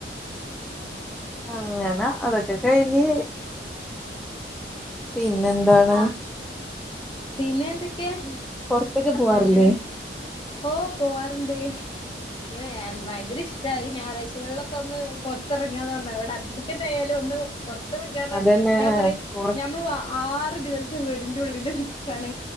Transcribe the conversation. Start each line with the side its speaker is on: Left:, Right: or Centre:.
Centre: അങ്ങന അതൊക്കെ കഴിഞ്ഞ്. പിന്നെ ന്താണ്.
Left: ആഹ് പിന്നെ എന്തൊക്കെ,
Centre: പൊറത്തൊക്കെ പോവാറില്ലേ
Left: അപ്പ അങ്ങനെ. ഓ, പോവാറുണ്ട്. ഇങ്ങനെ ഭയങ്കര ഇഷ്ട. ഈ, ഞായറാഴ്ച കളൊക്കെ ഒന്ന് പുറത്തിറങ്ങാന്ന് പറഞ്ഞാ. ഇവിടെ എന്തൊക്കെ ന്നെ ആയാലും ഒന്ന് പൊറത്തെറങ്ങാ പറഞ്ഞ
Centre: അതന്നെ
Left: ഞാൻ പറയും.
Centre: പൊറ
Left: ഞമ്മള് ആറ് ദിവസം വീടിന്റെ ഉള്ളില്. നിക്കാണ്